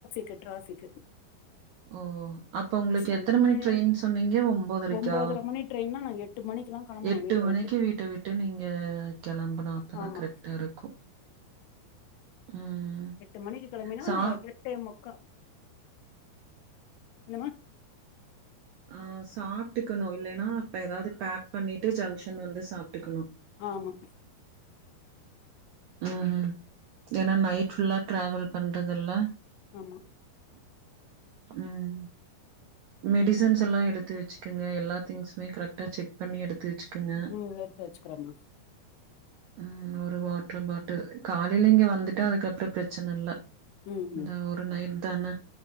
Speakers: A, on the left; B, on the right.
A: க்கு டிராஃபிக்கு
B: ஓ அப்ப உங்களுக்கு
A: சண்டே
B: எத்தன மணி ட்ரெயின் சொன்னீங்க ஒம்போதரைக்கா
A: ஒம்போதர மணி ட்ரெயின்னா நா எட்டு மணிக்குல்லா கெளம்பணு
B: எட்டு
A: வீட்ட
B: மணிக்கு
A: விட்டு
B: வீட்ட விட்டு நீங்க கெளம்பனு அப்பதா
A: ஆமா
B: கரெக்டா இருக்கூ ம்
A: எட்டு மணிக்கு கெளம்பினா
B: சா
A: எட்டே முக்கா என்னமா
B: ஆ சாட்டுக்கணு இல்லேனா இப்ப ஏதாவ்து பேக் பண்ணிட்டு ஜங்ஷன் வந்து சாப்ட்டுக்குணு
A: ஆமா
B: ம் ம் ஏன்னா நைட் ஃபுல்லா ட்ராவல் பண்றதுல்ல
A: ஆமா
B: ம் மெடிஸ் ஸன்ஸ் எல்லா எடுத்து வச்சுக்கங்க எல்லா திங்ஸ்மே கரெக்ட்டா செக் பண்ணி எடுத்து வச்சுக்கங்க
A: ம் எடுத்து வச்சுக்கிறேம்மா
B: ம் ஒரு வாட்ரு பாட்டில் காலைல இங்க வந்துட்டா அதுக்கப்ற பிரச்சனல்ல
A: ம்
B: இந்த
A: ம்
B: ஒரு நைட் தான